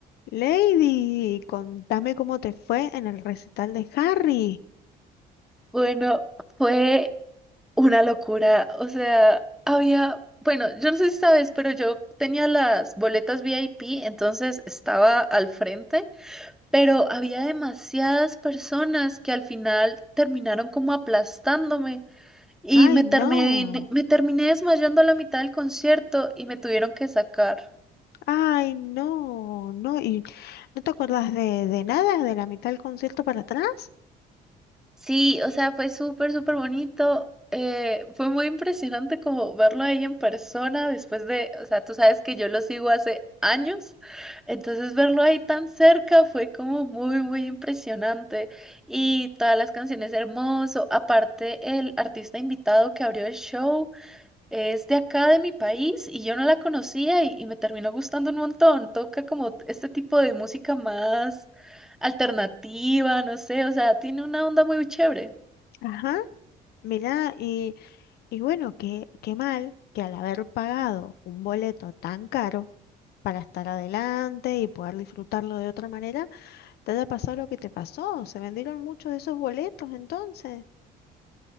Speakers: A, on the left; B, in the centre.
A: Lady, contame cómo te fue en el recital de Harry.
B: Bueno, fue una locura. O sea, había, bueno, yo no sé si sabes, pero yo tenía las boletas VIP, entonces estaba al frente, pero había demasiadas personas que al final terminaron como aplastándome y
A: Ay,
B: me
A: no.
B: terminé, me terminé desmayando a la mitad del concierto y me tuvieron que sacar.
A: Ay, no. No, y no te acordás de, de nada, de la mitad del concierto para atrás.
B: Sí, o sea, fue súper, súper bonito. eh, fue muy impresionante como verlo ahí en persona después de, o sea, tú sabes que yo lo sigo hace años, entonces verlo ahí tan cerca fue como muy, muy impresionante. Y todas las canciones hermoso, aparte el artista invitado que abrió el show. Es de acá, de mi país, y yo no la conocía y, y me terminó gustando un montón. Toca como este tipo de música más alternativa, no sé, o sea, tiene una onda muy chévere.
A: Ajá. Mirá, y, y bueno, qué, qué mal que al haber pagado un boleto tan caro para estar adelante y poder disfrutarlo de otra manera, te haya pasado lo que te pasó. Se vendieron muchos de esos boletos entonces.